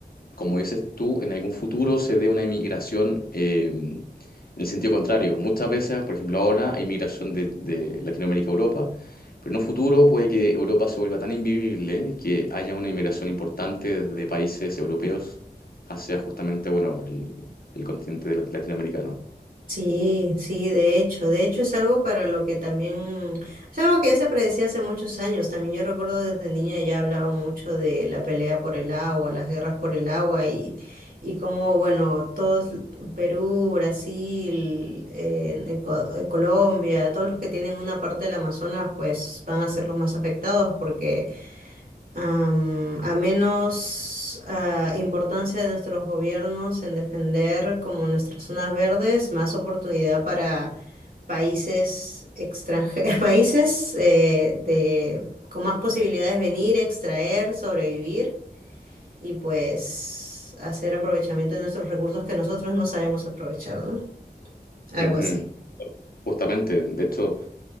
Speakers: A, on the left (about 60°); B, on the right (about 55°).
A: como dices tú, en algún futuro se dé una inmigración eh, en el sentido contrario. Muchas veces, por ejemplo, ahora hay migración de, de Latinoamérica a Europa, pero en un futuro puede que Europa se vuelva tan invivible que haya una inmigración importante desde países europeos hacia justamente, bueno, el, el continente de- latinoamericano.
B: Sí, sí, de hecho, de hecho es algo para lo que también, es algo que ya se predecía hace muchos años, también yo recuerdo desde niña ya hablaban mucho de la pelea por el agua, las guerras por el agua y, y cómo, bueno, todos, Perú, Brasil, eh, Eco- eh, Colombia, todos los que tienen una parte del Amazonas, pues van a ser los más afectados porque am, a menos ah, importancia de nuestros gobiernos en defender como nuestras zonas verdes, más oportunidad para países extranjeros, <laughs> países eh, de, con más posibilidades de venir, extraer, sobrevivir y pues hacer aprovechamiento de nuestros recursos que nosotros no sabemos aprovechar, ¿no? Algo
A: Ujú,
B: así.
A: Justamente, de hecho,